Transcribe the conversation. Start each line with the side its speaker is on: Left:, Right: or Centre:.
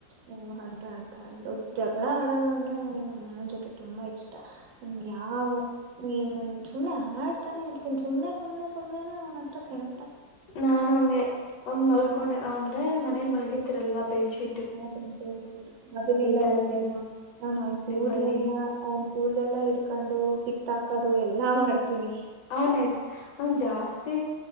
Right: ಹಓ ಅಂತ ಅಂತ ಅಂದ ಜಗಳ ಆಡೋದು ಅಂದ್ರೆ ನನಗ್ ನಮ್ಮ ಅಣನ್ ಜೊತೆ ತುಂಬಾ ಇಷ್ ಇನ್ ಯಾವ ನೀನ್ ಸುಮನೆ ಆಡ್ತಾನೆ ಇರ್ತೀನಿ ಸುಮ್ನೆ ಸುಮ್ನೆ ಸುಮ್ನೆ ಅವನ ಹತ್ರ ಕೆನ್
Left: ನಾನು ಅಂಗೆ ಒಂದ್ ಮಲ್ಕೊಂಡ್
Right: ಹ್ಮ
Left: ಅಂದ್ರೆ ಮನೇಲಿ ಮಲ್ಗಿತಿರಲ್ವಾ ಬೆಲ್ಚಿ
Right: ಹೌದೌದದದು ಅದನ್ನೆಲ್ಲಾ
Left: ತಲೆದಿಂಬು
Right: ಹೇಳದು ನಾನ್ ಅವ್ನ್ ಕೂದ್ಲ್ಲೆಲ್ಲ
Left: ದಿಂಬಲ್ಲಿ
Right: ಅವನ್ ಕೂದಲೆಲ್ಲ ಹಿಡ್ಕೊಂಡು ಕಿತ್ತ ಹಾಕೋದು ಎಲ್ಲಾ ಮಾಡ್ತೀನಿ.
Left: ಆ ನೆಕ್ಸ್ಟ್ ಅವನ್ ಜಾಸ್ತಿ